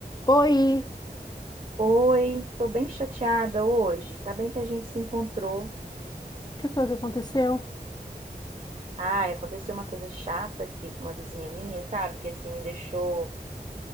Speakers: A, on the left; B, on the right.
A: Oi, o
B: Oi, tô bem chateada hoje. Ainda bem que a gente se encontrou.
A: que foi que aconteceu?
B: Ai, aconteceu uma coisa chata aqui com uma vizinha minha, sabe? Que assim me deixou